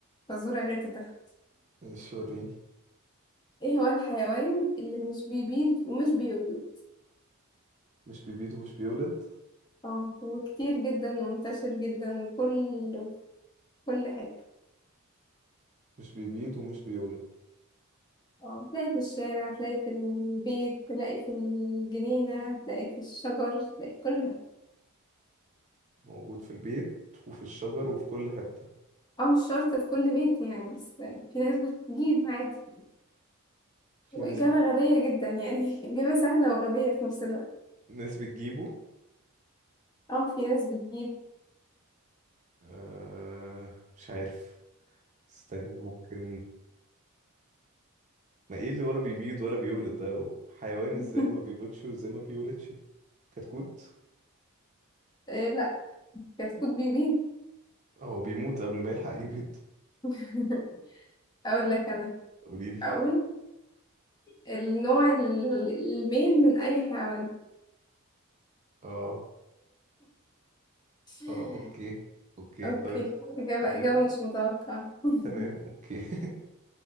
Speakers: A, on the left; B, on the right.
A: فزورة غير تتخ
B: مش وريني
A: ايه هو الحيوان اللي مش بيبيض ومش بيولد
B: مش بيبيض ومش بيولد
A: اه وكتير جدا ومنتشر جدا وكل في كل حتة
B: مش بيبيض ومش بيولد
A: اه تلاقي في الشارع تلاقي في البيت تلاقي في الجنينة تلاقي في الشجر تلاقي في كل حتة
B: موجود في البيت وفي الشجر وفي كل حتة
A: او مش شرط في كل بيت يعني بس في ناس بتجيب عادي
B: في
A: وإجابة
B: ناس
A: غبية جدا يعني <laughs> إجابة سهلة وغبية في نفس الوقت
B: ناس بتجيبه
A: اه في ناس بتجيب
B: آه مش عارف استني ممكن ما ايه اللي ولا بيبيض ولا بيولد ده حيوان
A: <laughs>
B: ازاي ما بيبيضش وازاي ما بيولدش كتكوت
A: إيه لا كتكوت بيبيض
B: هو بيموت قبل ما يلحق يبيض
A: <laughs> اقول لك انا
B: قوليلي
A: اقول النوع ال- الميل من اي حيوان
B: اه
A: <laughs>
B: اه اوكي اوكي
A: اوكي
B: طيب
A: إجابة
B: تمام
A: إجابة مش متوقعة <laughs>
B: تمام اوكي <laughs>